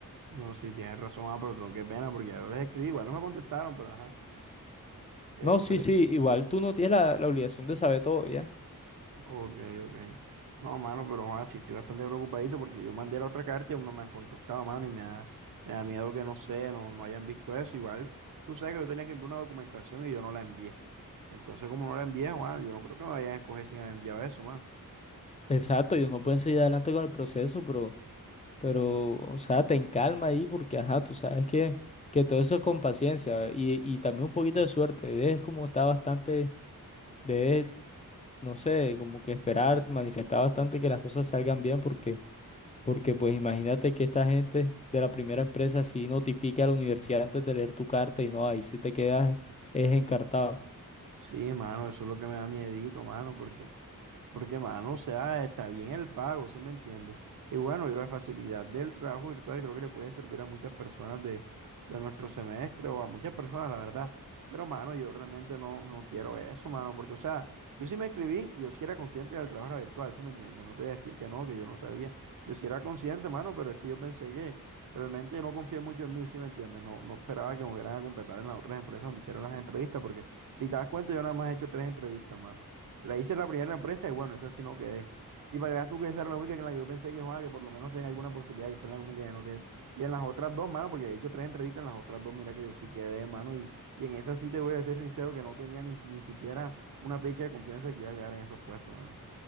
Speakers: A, on the right; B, on the left.
A: No, sí, tienes razón, ah, pero tronco, qué pena, porque yo les escribí, igual no me contestaron, pero ajá. Eh,
B: No,
A: esperé.
B: sí, sí, igual tú no tienes la, la obligación de saber todo, ¿ya?
A: Ok, ok. No, mano, pero ah, sí estoy bastante preocupadito porque yo mandé la otra carta y aún no me han contestado, mano, y me da, me da miedo que no sé, no, no hayan visto eso. Igual, tú sabes que yo tenía que enviar una documentación y yo no la envié. Entonces, como no la envié, Juan, yo no creo que me vayan a escoger sin haber enviado eso, mano.
B: Exacto, ellos no pueden seguir adelante con el proceso, pero, pero, o sea, ten calma ahí porque, ajá, tú sabes que, que todo eso es con paciencia y, y también un poquito de suerte. Debes como estar bastante, debes, no sé, como que esperar, manifestar bastante que las cosas salgan bien porque, porque pues imagínate que esta gente de la primera empresa sí notifica a la universidad antes de leer tu carta y no, ahí sí te quedas, eh, es encartado.
A: Sí, mano, eso es lo que me da miedito, mano, porque Porque, mano, o sea, está bien el pago, ¿sí me entiendes? Y bueno, y la facilidad del trabajo virtual creo que le puede servir a muchas personas de, de nuestro semestre o a muchas personas, la verdad. Pero, mano, yo realmente no, no quiero eso, mano, porque, o sea, yo sí me inscribí y yo sí era consciente del trabajo era virtual, ¿sí me entiendes? No te voy a decir que no, que yo no sabía. Yo sí era consciente, mano, pero es que yo pensé que realmente no confié mucho en mí, ¿sí me entiendes? No, no esperaba que me hubieran a contratar en las otras empresas donde hicieran las entrevistas, porque si te das cuenta, yo nada más he hecho tres entrevistas, mano. La hice en la primera empresa y bueno, esa sí no quedé. Y para que veas tú que esa era la única en la que yo pensé que, jugaba que por lo menos tenía alguna posibilidad y fue la única que no quedé. Y en las otras dos, mano, porque he hecho tres entrevistas, en las otras dos, mira que yo sí quedé, mano, y, y en esa sí te voy a ser sincero que no tenía ni, ni siquiera una pizca de confianza de que iba a quedar en esos puestos, mano.